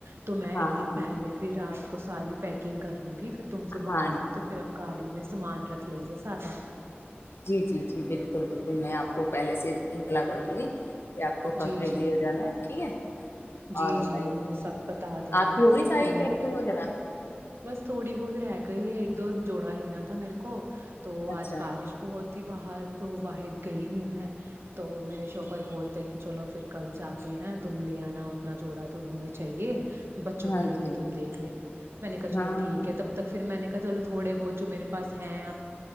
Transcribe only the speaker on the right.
تو میں
ایک دن
پہلے پھر رات کو ساری پیکنگ کر لوں گی تم صبح
آؤ گی تو پھر ہم گاڑی میں سامان رکھ رکھ لیں گے سارا
جی جی
جی
جی
مجھے سب بتا دینا
پھر میں
بس تھوڑی بہت رہ گئی ہے ایک دو جوڑا لینا تھا میرے کو تو
آج بارش بہت تھی باہر تو باہر گئی نہیں میں تو میرے شوہر بولتے کہ چلو پھر کل جاتے ہیں تم لے آنا اپنا جوڑا تو تمہیں چاہیے بچوں
کے لیے
بھی تم دیکھ لینا میں نے کہا چو
ٹھیک ہے تب تک پھر میں نے کہا چلو تھوڑے بہ جو میرے پاس ہیں آ